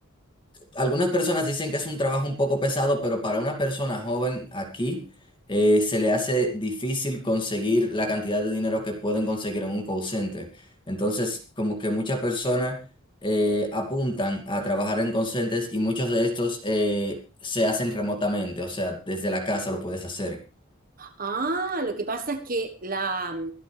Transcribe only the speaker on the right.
Ah, lo que pasa es que la,